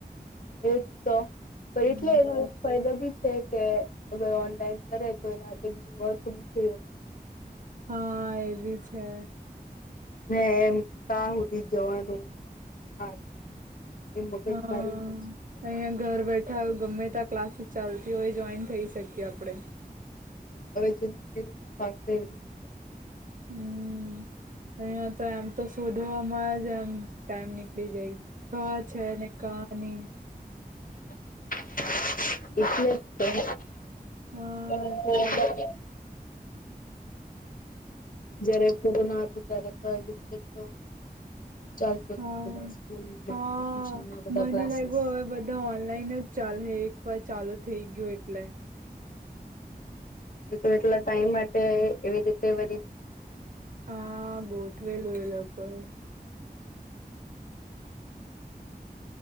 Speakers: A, on the left; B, on the right.
A: એજ તો પણ
B: હમ
A: એટલે એ. ફાયદો બી છે કે અગર ઓનલાઈન કરે તો એનાક બ થ હમ.
B: હા એ બી છે.
A: ને એમ ત્યાં સુધી જ જવાનું આથી. એ મગજ
B: હા
A: મારી ઓછી
B: અંયા ઘર બેઠ ઠા ગમે તા ક્લાસીસ ચાલતી હોય જોઈન થઈ શકીએ આપડે.
A: હ હવે જેને જે રીતે પાક એવી રીતે.
B: હમ. અહી તો એમ તો શોધવાવામાં જ એમ ટાઈમ નીકળી જાય. કા છે ને કાની.
A: એટલે જ તો.
B: હા એટલે
A: જયારે કોરોના હતો ત્યારે તો આવી રીતે તો. ચાલતું
B: હા
A: હતું સ્કૂલમાં
B: હા
A: ટ્યુશનમાં બધા
B: મને
A: ક્લાસીસ.
B: લાગ્યું હવે ઓનલાઈન જ ચાલે હ એક વાર ચાલુ થઇ ગયું એટલે.
A: એટલા ટાઈમ માટે એવી રીતે વરી. એમાં પછી.
B: હા બોટ વેલું એે લોકો એ.